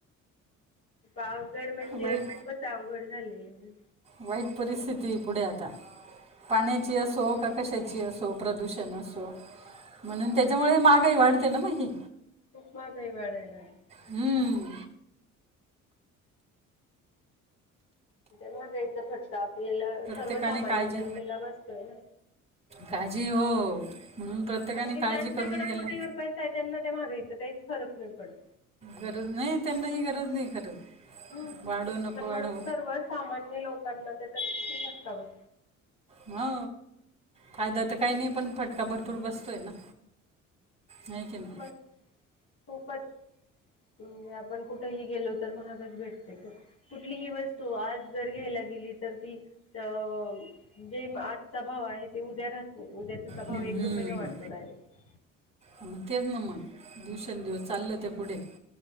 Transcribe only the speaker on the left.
आवगड म्हणजे
खूपच अवघड झालेलं आहे
खूप महागही वाढायला लागली.
माहागाईचा फटका आपल्याला सर्वसामान्य
जनतेला बसतोय ना.
कारण की
ज्यांच्याकडे
कोटीवर पैसा आहे त्यांना त्या मागायचं काहीच फरक नाही पडत.
हम्म
पण
मग सर्व सामान्य लोकांना त्याचा कीती फटका बस
मग खूपच म्हणजे आपण कुठही गेलो तर महागच भेटत कुठलीही वस्तू आज जर घेयला गेली तर ती त जे आजचा भाव आहे ते उद्या राह उद्या त्याचा
भाव एक रुपये न वाढतो डायरेक्ट